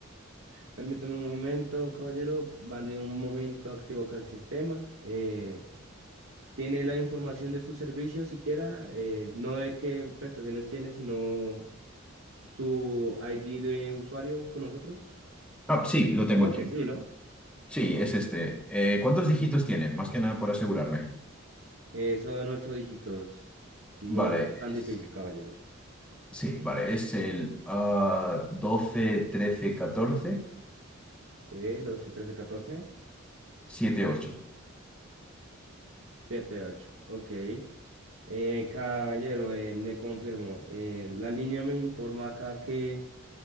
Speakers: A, on the right; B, in the centre.
A: Permítame un momento, caballero. Vale un momento, activo acá el sistema. Eh, tiene la información de su servicio siquiera, eh, no de qué prestaciones tiene, sino su ID de usuario con nosotros.
B: Ah, sí, lo
A: Supongo
B: tengo aquí.
A: que sí, ¿no?
B: Sí, es este. Eh, ¿cuántos dígitos tiene? Más que nada por asegurarme.
A: Eh, son ocho dígitos. No
B: Vale,
A: no es tan
B: es-
A: difícil, caballero.
B: sí, vale, es el ah, 12, 13, 14,
A: Sí, doce trece catorce
B: 7, 8.
A: siete ocho Ok. Eh, caballero, eh, le confirmo. eh, la línea me informa acá que